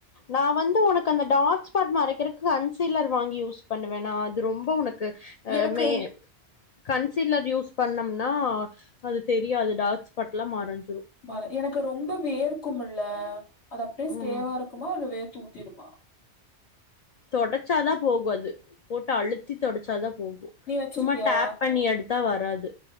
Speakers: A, on the left; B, on the left.
A: நா வந்து உனக்கு அந்த டார்க் ஸ்பாட்ஸ் மறைக்கறக்கு கன்சீலர் வாங்கி யூஸ் பண்ணுவே நா அது ரொம்ப உனக் கு ஆ
B: எனக்கு
A: மே கன்சீலர் யூஸ் பண்ணம்னா அது தெரியாது டார்க் ஸ்பாட்ஸ்லா மறஞ்சி
B: <unintelligible> எனக்கு ரொம்ப வேர்க்கு ம ல்ல அது அப்டியே
A: ம்
B: ஸ்டேவா இருக்குமா இல்ல வேர்த்து ஊத்திடுமா
A: தொடச்சாதா போகு அது போட்டு அழுத்தி தொடச்சாதா போகு
B: நீ வச்சிருக்கியா?
A: சும்மா டேப் பண்ணி எடுத்தா வர் <unintelligible>